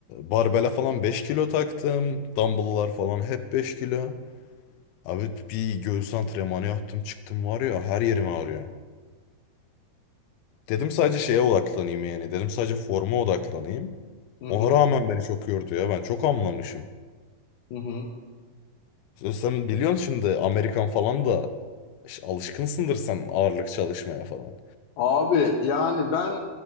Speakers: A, on the left; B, on the left.
A: barbele falan 5 kilo taktım. Dumbbell'lar falan hep 5 kilo. Abi bir göğüs antrenmanı yaptım çıktım var ya her yerim ağrıyor. Dedim sadece şeye odaklanayım yani. Dedim sadece forma odaklanayım.
B: hı hı,
A: Ona rağmen beni çok yordu ya. Ben çok hamlamışım.
B: hı hı.
A: Sen sen biliyorsun şimdi Amerikan falan da ş- alışkınsındır sen ağırlık çalışmaya falan.
B: Abi yani ben